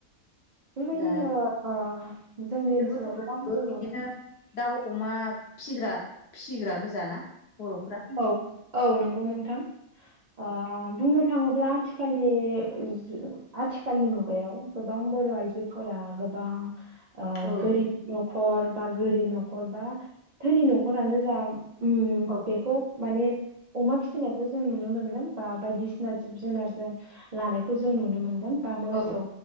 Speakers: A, on the right; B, on the left.
A: बेबायदिनो
B: दा
A: ओ जोंनि
B: बिसोरबोथ'
A: ओनसोलाव
B: गासैबो
A: गोबां बर'
B: बिदिनो
A: दं
B: दाउ अमा फिग्रा फिसिग्रा गोजाना बर'फ्रा
A: औ औ नंगौ नोंथां, ओ बुंनो थाङोब्ला आथिखालनि जु आथिखालनि मुगायाव गोबां बर' आइजोफोरा गो बां ओ
B: औ
A: गोरिब न' खर बा गोरिब न'खर बा धोनि न'खरानो जा उम
B: औ
A: बेखौ माने अमा फिसिनायखौ जों नुनो मोनदों बा बायदिसिना जिब जुनारजों ला नायखौ जों नुनो मोनदों बा मोसौ
B: औ